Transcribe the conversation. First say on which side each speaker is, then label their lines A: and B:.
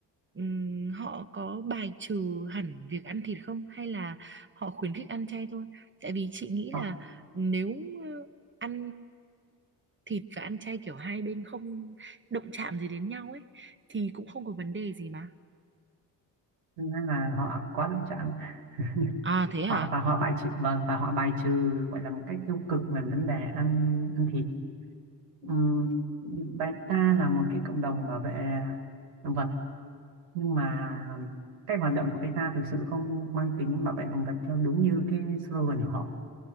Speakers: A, on the right; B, on the right.
A: ừm, họ có bài trừ hẳn việc ăn thịt không hay là họ khuyến khích ăn chay thôi? Tại vì chị nghĩ
B: họ
A: là nếu ờ, ăn thịt và ăn chay kiểu hai bên không động chạm gì đến nhau ấy thì cũng không có vấn đề gì mà.
B: thực ra là họ quá động chạm <laughs>
A: À thế
B: họ
A: hả?
B: và họ bài trừ vâng và họ bài trừ gọi là một cách tiêu cực về vấn đề ăn ăn thịt Ừm, beta là một cái cộng đồng bảo vệ động vật nhưng mà cách hoạt động của beta thực sự không mang tính bảo vệ động vật theo đúng như cái slogan của họ